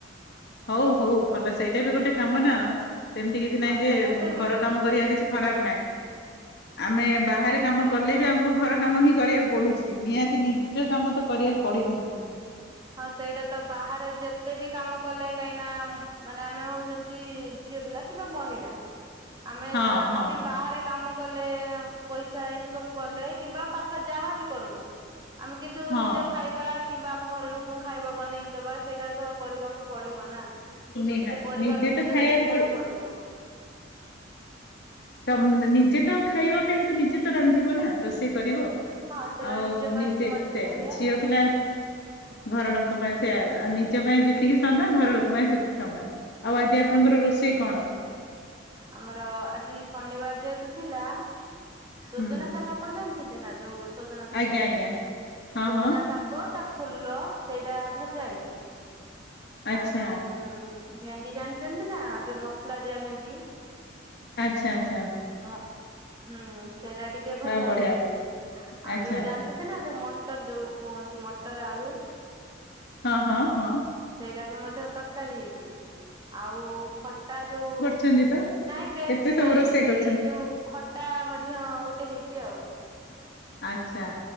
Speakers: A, on the left (about 60°); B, on the right (about 25°).
A: ହଉ ହଉ ଭଲ ସେଇଟା ବି ଗୋଟେ କାମ ନା ଉ ସେମିତି କିଛି
B: ହଁ
A: ନାଇଁ ଯେ
B: ସେଇଟା ତ
A: ଘର କାମ କରିବା କିଛି ଖରାପ ନାଇଁ।
B: ହ
A: ଆମେ ବାହାରେ କାମ କଲେ ବି ଆମକୁ ଘର କାମ ହିଁ କରିବାକୁ ପଡୁଛି ନିହାତି ନିଜ କାମ ତ କରିବାକୁ ପଡିବହିଁ।
B: ହଁ ସେଇଟା ତ ବାହାରେ ଯେତେ ବି କାମ କଲେ କାହିଁନା ଉମ ମାନେ ଆମେ ହଉଚନ୍ତି ଝିଅ ପିଲ କିମ୍ବା ମହିଳା ଆମେ
A: ହଁ
B: ଯାହାବ
A: ହଁ
B: ବାହାରେ କାମ କଲେ ଉଁ ପଇସା ଇନକମ କଲେ କିମ୍ବା ପାଖେ ଯାହାବି କରନ୍ତୁ ଆମେ କିନ୍ତୁ
A: ହଁ
B: ନିଜ ଖାଇବା କିମ୍ବା ଆମ ଘର ଲୋ କୁ ଖାଇବା ବନେଇକି ଦବା ସେଇଟା ତ କରିବାକୁ ପଡିବ ନା। ନିଜ
A: ନିହାତି
B: ପରିବାର
A: ନିଜେ
B: ଲୋକଙ୍କୁ
A: ଖାଇବାକୁ
B: ତ ଦେଖିବାକୁ
A: ପଡି
B: ପଡିବ।
A: ତମ ନିଜେ ତ ଖାଇବା ପାଇଁ ତ ନିଜେ ତ ରାନ୍ଧିବ ନା ରୋଷେଇ କରିବ।
B: ହଁ ସେଇଟା
A: ଆଉ
B: ନିଜ ପାଇଁ
A: ନିଜେ
B: ବି ମଧ୍ୟ
A: ତେ
B: କରିବା
A: ଝିଅ
B: ଘର ଲୋକଙ୍କ
A: ପିଲା
B: ପାଇଁ
A: ଘର ଲୋଙ୍କ ପାଇଁ ସେ ଆ ନିଜ ପାଇଁ ଯେତିକି ସମୟ ଘର ଲୋକ ପାଇଁ ସେତିକି ସମୟ। ଆଉ ଆଜିି ଆପଣଙ୍କର ରୋଷେଇ କଣ?
B: ଆମର ଆଜି ଶନିବାର ଯେହେତୁ ଥିଲା। ସୋଜନା
A: ହୁଁ
B: ଶାଗ ଆପଣ ଜାଣଚ ସୁଦେନା ଯୋଉ ସଜନା ଶାଗ।
A: ଆଜ୍ଞା ଆଜ୍ଞା ହଁ
B: ସୁଜନା
A: ହଁ
B: ଶାଗ ତା ଫୁଲ ସେଇଟା ଭଜା ହେଇଚି।
A: ଆଚ୍ଛା।
B: ଆଉ ଯୋଉ ଉମ ଭେଣ୍ଡି ଜାଣିଛନ୍ତି ନା ଯୋଉ ମସଲା ଦିଆ ଭେଣ୍ଡି?
A: ଆଛା ଆଛା।
B: ଅ ହୁଁ ସେଇଟା ଟିକେ ଭଜା
A: ବା
B: ହେଇଚି
A: ବଢିଆ
B: ଆଉ
A: ଆଚ୍ଛା।
B: ଯୋଉ ଜାଣ ଚେତେ ନା ଯୋଉ ମଟର ଯୋଉ କୁହନ୍ତି ମଟର ଆଳୁ।
A: ହଁ ହଁ ହଁ।
B: ସେଟା ବି ମଧ୍ୟ ତରକାରୀ ହେଇଛି ଆଉ ଖଟା ଯୋଉ।
A: ସେଁତି ତ।
B: ନାଇଁ ବେଶୀ
A: କେତେ ସବୁ
B: ନାଇଁ
A: ରୋଷେଇ
B: ଦିଦି
A: କରିଛନ୍ତି
B: ଯୋଉ ଖଟା ମଧ୍ୟ ଗୋଟେ ହେଇଛି ଆଉ।
A: ଆଛା